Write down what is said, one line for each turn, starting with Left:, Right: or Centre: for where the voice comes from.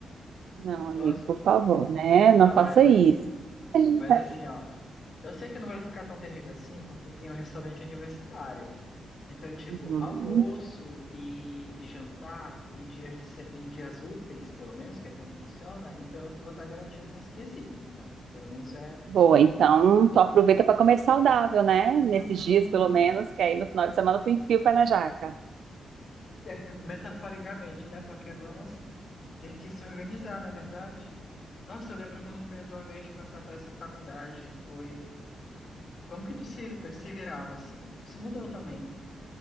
Right: Não,
Left: Nossa.
Right: amigo, por favor, né?
Left: Não,
Right: Não faça
Left: mas assim.
Right: isso. <laughs>
Left: Mas assim, ó. Eu sei que não vai ficar tão terrível assim, porque tem um restaurante universitário. Então, tipo,
Right: Uhum.
Left: almoço e, e jantar em dias, de se- em dias úteis, pelo menos, que é quando funciona, então eu tô- vou estar garantido nesse quesito, então. Pelo menos é.
Right: Boa, então tu aproveita para comer saudável, né?
Left: Uhum.
Right: Nesses dias, pelo menos, que aí no final de semana tu enfia o pé na jaca.
Left: É, metaforicamente, né? Porque vamos ter que se organizar, na verdade? Nossa, eu lembro quando foi a tua vez de passar por essa faculdade, foi. Como que tu se, se virava assim? Que tu se mudou também.